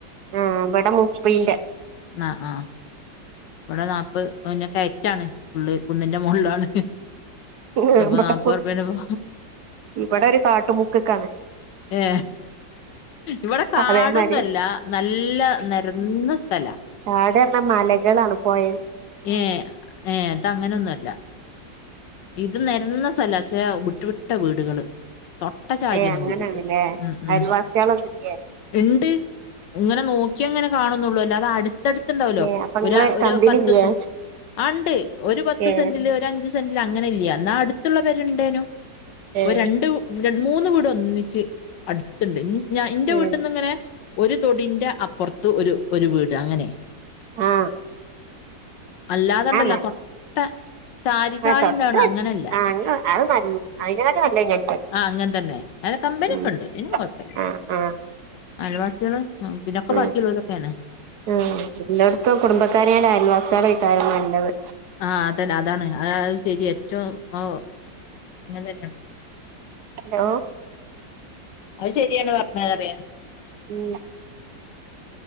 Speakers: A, on the right; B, on the left.
A: ആ, ഇവിടെ മുപ്പിന്റെ
B: ആ, ആ ഇവിടെ നാല്പ്പത് പിന്നെ കയറ്റാണ് ഫുള്ള് കുന്നിന്റെ മുകളാണ്
A: ഇവിട
B: അപ്പൊ, നാൽപ്പത് റുപ്പിയ ഉണ്ട് ഇപ്പോ
A: ഇവിടെ ഒരു കാട്ടുമുക്ക്ക്കാണ്
B: ഏ ഇവിടെ കാടൊന്നും
A: അതേമാരി
B: അല്ല നല്ല നിരന്ന സ്ഥലാ
A: താഴെ എന്ന മലകളാണ് പൊഴ
B: ഏ ഇത് അങ്ങനെന്നും അല്ല ഇത് നെരന്ന സ്ഥലാ പക്ഷേ വിട്ട് വിട്ട വീടുകള്. തൊട്ട ചാരിയെന്നും
A: ഏ അങ്ങനെയാണല്ലേ
B: വീടില്ല ഉം, ഉം,
A: അയൽവാസികളൊന്നുംല്ലേ
B: ഇണ്ട്. ഇങ്ങനെ നോക്കിയ അങ്ങനെ കാണുന്നുള്ളൂ അല്ലോ അത് അടു ത്തടുത്തുണ്ടാവല്ലോ
A: ഏ അപ്പൊ നിങ്ങള്
B: ഒരു
A: കമ്പനി
B: പത്ത്
A: ഇല്ലേ
B: സെ ആ ഉണ്ട് ഒരു പത്ത്
A: ഏ
B: സെന്റില് ഒരു അഞ്ച് സെന്റ് അങ്ങനില്ലിയാ എന്നാ അടുത്തുള്ള പേരു ണ്ടേനു,
A: ഏ
B: ഒരു രണ്ടു മൂന്ന് വീട് ഒന്നിച്ച് അട്ത്ത്ണ്ട്, ഞാൻ ഇന്റെ
A: ഉം
B: വീട്ടിൽന്ന് ഇങ്ങനെ ഒരു തൊടിന്റെ അപ്പുറത്ത് ഒരു ഒരു വീട് അങ്ങനെ
A: ആ
B: അല്ലാതൊണ്ടല്ല
A: ആ
B: തൊട്ട സാരി സാരിണ്ടാവണ
A: ആ തൊട്ട്
B: അങ്ങനല്ല
A: ആ അത് നല്ല അതിനെക്കാട്ടി നല്ല ഞാൻ തന്നെ.
B: ആ അങ്ങനെ തന്നെ അ കമ്പനി
A: ഉം
B: ണ്ട് അയ്‌ന് കൊഴപ്പില്ല
A: ആ ആ
B: അയൽവാസികള് പിന്നൊക്കെ
A: ഉം,
B: ബാക്കിയുള്ളോരൊക്കെയാണ്
A: ആ എല്ലായിടത്തും കുടുംബക്കാരടെ അയൽവാസമാണ് ഈ കാര്യം നല്ലത്,
B: ആ, അതല്ല അതാണ്, അത് ശരി ഏറ്റവും അങ്ങനെ തന്നാ
A: ഹലോ
B: അത് ശരിയാണ് പറഞ്ഞാ അറിയാ
A: ഉം